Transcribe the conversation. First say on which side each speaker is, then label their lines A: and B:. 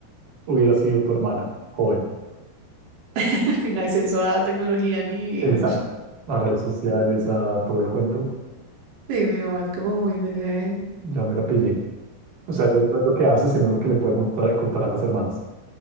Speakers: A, on the right (about 55°); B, on the right (about 75°).
A: hubiera sido tu hermana, joven.
B: <laughs> sin acceso a tecnología ni...
A: Exacto.
B: <laughs>
A: A redes sociales, a todo el cuento,
B: Sí, mi mamá es como muy de...
A: ya me la pillé. O sea, ella no es lo que hace, sino lo que le podemos tra- contar a las hermanas.